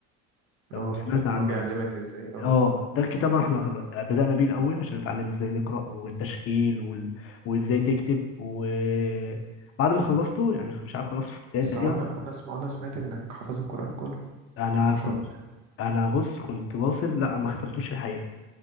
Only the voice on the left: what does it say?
لو
سمعت عنه
قبل.
اه ده الكتاب احنا خل- بدأنا بيه الاول عشان نتعلم ازاي نقرأ والتشكيل وال... وازاي تكتب وبعد ما خلصته يعني مش عارف خلصته في البداية
تقريبا
انا
كنت
انا بص كنت واصل لا ما ختمتوش الحقيقة